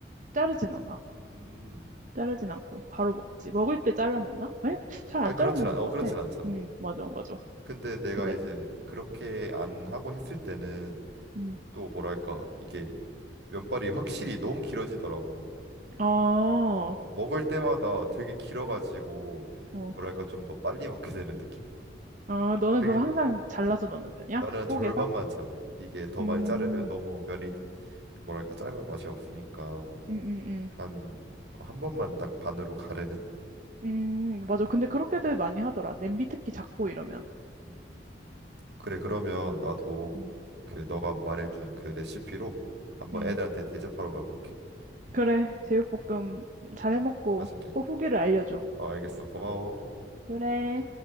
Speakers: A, on the right; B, on the right.
A: 자르진 않아.
B: 음.
A: 자르진 않고, 바로 먹지. 먹을 때 잘라 먹나? 아니, 잘
B: 아,
A: 안
B: 그렇진
A: 잘라 먹는
B: 않, 어,
A: 것
B: 그렇진
A: 같아.
B: 않잖아.
A: 음, 맞아, 맞아.
B: 근데 내가
A: 그대로.
B: 이제 그렇게 안 하고 했을 때는
A: 음.
B: 또 뭐랄까? 이게 면발이 확실히 너무 길어지더라고.
A: 아,
B: 어, 먹을 때마다 되게 길어가지고
A: 어.
B: 뭐랄까 좀 더 빨리 먹게 되는 느낌?
A: 아, 너는
B: 되게
A: 그럼 항상 잘라서 넣는 편이야?
B: 나는 절반만
A: 뽀개서?
B: 잘라. 이게 더
A: 음,
B: 많이 자르면 너무
A: 음,
B: 면이 그 뭐랄까 짧은 맛이 없으니까
A: 음, 음.
B: 한 한 번만 딱 반으로 가르는.
A: 음, 맞아. 근데 그렇게들 많이 하더라. 냄비 특히 작고 이러면.
B: 음. 그래 그러면 나도
A: 음,
B: 그 너가 말해준 그 레시피로 한번
A: 음.
B: 애들한테 대접하러 가볼게.
A: 그래. 제육볶음 잘 해먹고
B: 맛있게.
A: 꼭 후기를 알려줘.
B: 어, 알겠어. 고마워.
A: 그래.